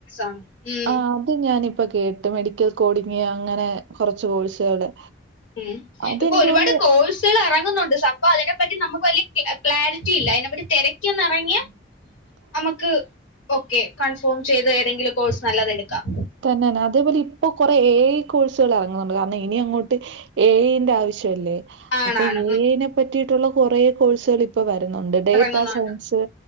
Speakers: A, on the left; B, on the right.
A: ആണ് ഉം,
B: ആഹ് ഞാനിപ്പ കേട്ട് മെഡിക്കൽ കോഡിങ് അങ്ങനെ കൊറച്ച് കോഴ്സുകള്
A: ഉം
B: അതെനിക്ക്
A: ഇപ്പൊ ഒരുപാട്
B: തോന്നുന്നു
A: കോഴ്സ് സുകൾ ഇറങ്ങുന്നുണ്ട് സംഭവ അതിനെപ്പറ്റി നമുക്ക് വലിയ ക്ലാരിറ്റി ഇല്ല അതിനെപ്പറ്റി തിരക്കി ഒന്നിറങ്ങിയാ
B: ഉ
A: നമുക്ക് ഓക്കെ കൺഫേം ചെയ്ത് ഏതെങ്കിലും കോഴ്സ് നല്ലതെടുക്കാം
B: തന്നെന്നെ അതേപോലെ ഇപ്പൊ കൊറ എ ഐ കോഴ്സുകൾ ഇറങ്ങുന്നുണ്ട് കാരണം ഇനി അങ്ങോട്ട് എ ഐന്റെ ആവശ്യല്ലേ
A: ആണാണ്
B: അപ്പൊ എനെ
A: ഉം
B: പറ്റിയിട്ടുള്ള കുറേ കോഴ്സുകള് ഇപ്പ വരുന്നുണ്ട് ഡേറ്റ
A: ഇറങ്ങുന്നുണ്ട്
B: സയൻസ്